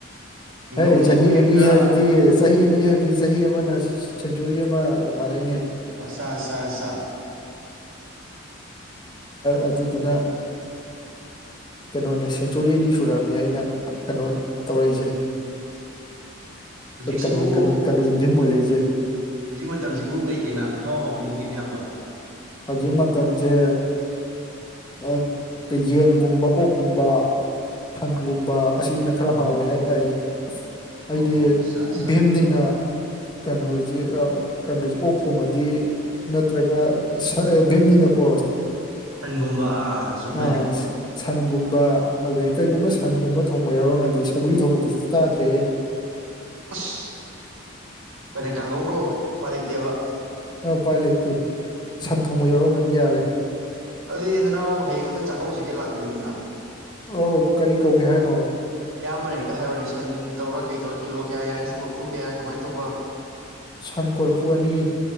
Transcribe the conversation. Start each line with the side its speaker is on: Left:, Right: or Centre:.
Right: ꯃꯤꯡꯒꯧꯁꯤꯕꯨ
Left: ꯍ ꯆꯍꯤ
Right: ꯍꯦꯛꯇ
Left: ꯑꯅꯤ ꯍꯥꯏꯕꯗꯤ ꯆꯍꯤꯅꯤ ꯑꯅꯤ ꯍꯥꯏꯕꯗꯤ ꯆꯍꯤ ꯑꯃꯅ ꯁꯦꯟꯆꯨꯔꯤ ꯑꯃꯒ ꯃꯥꯟꯅꯩꯅꯦ
Right: ꯑꯁꯥ ꯑꯁꯥ ꯑꯁꯥ
Left: ꯑꯗꯨꯗꯨꯅ ꯀꯩꯅꯣꯅꯦ ꯁꯦꯟꯆꯨꯔꯤ ꯑꯅꯤ ꯁꯨꯔꯑꯝꯃꯦ ꯑꯩꯅ ꯀꯩꯅꯣ ꯇꯧꯔꯛꯏꯁꯦ
Right: ꯍꯧꯖꯤꯛꯁꯤꯕꯨ
Left: ꯀꯩꯅꯣ ꯀꯩꯅꯣ ꯀꯩꯅꯣꯁꯦ ꯚꯤꯝ ꯑꯣꯏꯔꯛꯏꯁꯦ
Right: ꯍꯧꯖꯤꯛ ꯃꯇꯝꯁꯤꯕꯨ ꯀꯩ ꯀꯩꯅ ꯏꯍꯥꯎ ꯍꯥꯎꯔꯤꯒꯦ ꯕꯤꯔꯤꯌꯦ ꯏꯌꯥꯝꯕ
Left: ꯍꯧꯖꯤꯛ ꯃꯇꯝꯁꯦ ꯌꯥꯝ ꯌꯦꯟꯒꯨꯝꯕ ꯑꯣꯛꯀꯨꯝꯕ ꯁꯪꯒꯨꯝꯕ ꯑꯁꯤ-ꯁꯤꯅ ꯈꯔ
Right: ꯎꯝ
Left: ꯍꯥꯎꯋꯦ ꯍꯥꯏꯇꯥꯏ ꯑꯩꯗꯤ
Right: ꯑꯣ ꯑꯠꯆꯥ ꯑꯠꯆꯥ
Left: ꯚꯤꯝꯅꯤꯅ ꯀꯩꯅꯣꯁꯦ ꯑꯥ ꯀꯩꯅꯣꯁꯦ ꯑꯣꯛ ꯊꯣꯡꯉꯗꯤ ꯅꯠꯇ꯭ꯔꯒ ꯑꯥ-ꯁꯥ-ꯕꯤꯝꯅꯤꯅ ꯀꯣ
Right: ꯑꯟꯒꯨꯝꯕ ꯑꯥ ꯆꯨꯝꯗꯣꯏꯅꯤ
Left: ꯑꯥ ꯁꯟꯒꯨꯝꯕ ꯑꯗꯩ- ꯀꯩꯒꯨꯝꯕ ꯁꯟꯒꯨꯝꯕ ꯊꯣꯡꯕ ꯌꯥꯎꯔꯝꯃ ꯗꯩ ꯁꯧꯒ꯭ꯔꯤ ꯊꯣꯡꯕꯗꯨꯁꯨ ꯆꯥꯗ꯭ꯔꯦ
Right: ꯑꯁ-ꯄꯨꯅꯤꯀꯥꯡꯍꯧꯒ ꯎꯄꯥꯏ ꯂꯩꯇꯦꯍꯦ
Left: ꯎꯄꯥꯏ ꯂꯩꯇꯦ ꯁꯟ ꯊꯣꯡꯕ ꯌꯥꯎꯔꯝꯃꯗꯤ ꯌꯥꯔꯦ
Right: ꯑꯗꯨꯗꯤ ꯅꯅꯥꯎ ꯍꯌꯦꯡ ꯑꯝꯇ ꯆꯥꯛꯀꯧꯖꯒꯦ ꯂꯥꯛꯄꯤꯌꯨꯗꯅ
Left: ꯑꯧ-ꯀꯔꯤ ꯀꯧꯒꯦ ꯍꯥꯏꯅꯣ
Right: ꯏꯌꯥꯝꯕꯅ ꯍꯦꯛꯇ ꯍꯥꯏꯔꯣꯅꯦ ꯁꯟ ꯇꯧꯔꯥ ꯀꯩ ꯇꯧꯋꯣꯕ ꯀꯤꯂꯣ ꯀꯌꯥ ꯌꯥꯅꯤ ꯀꯣꯜꯐꯨ ꯀꯌꯥ ꯀꯃꯥꯏ ꯇꯧꯕ
Left: ꯁꯟ ꯀꯣꯔꯐꯨ ꯑꯅꯤ